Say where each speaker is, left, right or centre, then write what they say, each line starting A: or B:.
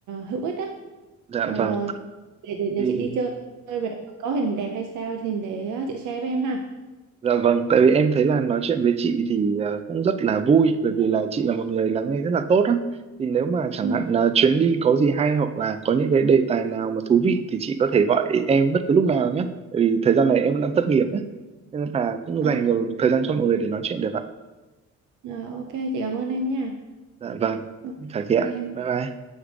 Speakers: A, on the right (about 75°); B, on the right (about 20°).
A: hữu ích á.
B: dạ
A: Ờ,
B: vâng.
A: rồi, để, để, để
B: Thì
A: chị đi chơi về có hình đẹp hay sao thì để ờ, chị share với em ha.
B: Dạ vâng, tại vì em thấy là nói chuyện với chị thì ờ, cũng rất là vui bởi vì là chị là một người lắng nghe rất là tốt á. Thì nếu mà chẳng
A: Ừ.
B: hạn ờ, chuyến đi có gì hay hoặc là có những cái đề tài nào mà thú vị thì chị có thể gọi em bất cứ lúc nào nhé. Tại vì thời gian này em đang thất nghiệp á. Nên là cũng
A: Ờ,
B: dành nhiều thời gian cho mọi người để nói chuyện được ạ.
A: ờ, ok, chị cảm ơn em nha.
B: Dạ vâng,
A: Ok,
B: phải thế ạ.
A: bye em.
B: Bye bye.